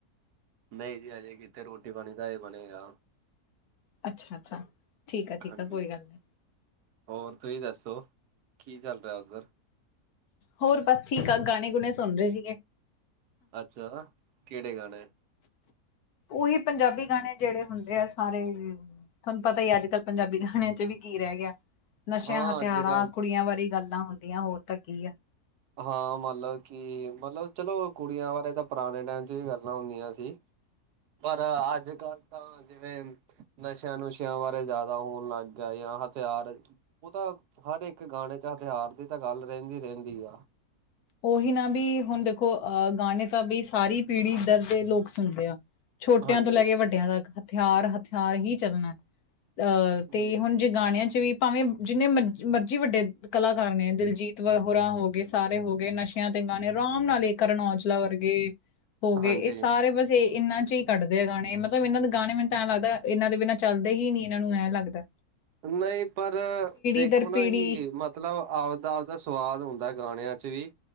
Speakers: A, on the right; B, on the left.
A: ਨਈ ਜੀ ਹਜੇ ਕਿੱਖੇ ਰੋਟੀ ਪਾਣੀ ਦਾ ਹਏ ਬਨੇਗਾ।
B: ਅੱਛਾ-ਅੱਛਾ ਠੀਕ ਆ, ਠੀਕ
A: ਹਾਂਜੀ।
B: ਆ ਕੋਈ ਗਾਲ ਨੀ।
A: ਹੋਰ ਤੂਸੀ ਦੱਸੋ, ਕੀ ਚਾਲ ਰੇਐ ਓਦੱਰ?
B: ਹੋਰ ਬਾੱਸ ਠੀਕ ਆ, ਗਾਣੇ-ਗੁਣੇ ਸੁਨ ਰੇ ਸੀਗੇ।
A: ਅੱਛਾ, ਕੇੜੇ ਗਾਣੇ?
B: ਓਹੀ ਪੰਜਾਬੀ ਗਾਣੇ, ਜੇੜੇ ਹੁੰਦੇ ਐ ਸਾਰੇ। ਤੂਆਨ ਪਤਾ ਈ ਆੱਜ-ਕਾੱਲ ਪੰਜਾਬੀ ਗਾਣੇਆਂ ਚ ਵੀ ਕੀ ਰੇ ਗੇਆ। ਨਸੇ਼ਆਂ,
A: ਹਾਂ
B: ਹਥੇਆਰਾਂ,
A: ਅੱਜ ਕੱਲ
B: ਕੁੜੀਆਂ ਬਾਰੇ ਈ ਗੱਲਾਂ ਹੁੰਦੀਆਂ ਹੋਰ ਤਾਂ ਕੀ ਆ।
A: ਹਾਂ ਮਲਬ ਕਿ, ਮਲਬ ਚਲੋ ਕੁੜੀਆਂ ਬਾਰੇ ਤਾਂ ਪੁਰਾਣੇ ਟੈਮ ਚ ਵੀ ਗੱਲਾਂ ਹੁੰਦੀਆਂ ਸੀ ਪਰ ਆੱਜ-ਕਾੱਲ ਤਾਂ ਜਿਵੇਂ ਨਸੇ਼ਆਂ-ਨੁਸੇ਼ਆਂ ਬਾਰੇ ਜਾਦਾ ਹੋਨ ਲਾੱਗ ਗੇਆ ਯਾ ਹਥੇਆਰ ਉਹ ਤਾਂ ਹਰ ਇੱਕ ਗਾਣੇ ਚ ਹਥਿਆਰ ਦੀ ਤਾਂ ਗਾੱਲ ਰੈਂਦੀ-ਰੈਂਦੀ ਆ।
B: ਓਹੀ ਨਾ ਬੀ ਹੁਨ ਦੇਖੋ ਅ ਗਾਨੇ ਤਾ ਬੀ ਸਾਰੀ ਪੀੜੀ ਦਰ ਦੇ ਲੋਕ ਸੁਨਦੇ ਆ। ਛੋਟੇਆਂ
A: ਹਾਂਜੀ।
B: ਤੋਂ ਲੈ ਕੇ ਵੱਡੇਆਂ ਤੱਕ ਹਥਿਆਰ-ਹਥਿਆਰ ਈ ਚੱਲਨੈ। ਅ ਤੇ
A: ਹੂੰ,
B: ਹੁਨ ਜੇ ਗਾਨੇਆਂ ਚ ਵੀ ਭਾਵੇਂ-ਜਿੰਨੇ ਮਜੀ-ਮਜੀ ਵੱਡੇ ਕਲਾਕਾਰ ਨੇ ਦਿਲਜੀਤ ਵ ਹੋਰਾਾਂ ਹੋ ਗੇ, ਸਾਰੇ ਹੋ ਗੇ ਵੇ ਨਸੇ਼ਆਂ ਤੇ ਗਾਨੇ, ਰਾਮ ਨਾਲ ਏ ਕਰਨ ਔਜਲਾ ਵਰਗੇ ਹੋਗੇ
A: ਹਾਂਜੀ।
B: ਏ ਸਾਰੇ ਵਸੇ ਇਨਾਂ ਚੀ ਕੱਟਦੇ ਗਾਣੇ ਮਤਲਬ ਇਨਾਂ ਦੇ ਗਾਣੇ ਮੈਨੂੰ ਤਾਂ ਐਂ ਲਾੱਗਦੈ, ਏਨਾਂ ਦੇ ਬਿਨਾਂ ਚੱਲਦੇ ਈ ਨੀ, ਇਨਾਂ ਨੂੰ ਐਂ ਲਾੱਗਦੈ।
A: ਨਹੀਂ, ਪਰ ਦੇਖੋ
B: ਦਰ
A: ਨਾ
B: ਪੀੜ੍ਹੀ
A: ਕਿ ਮ ਮਤਲਬ, ਆਪਦਾ-ਆਪਦਾ ਸਵਾਦ ਹੁੰਦਾ। ਗਾਣਿਆਂ ਚ ਵੀ।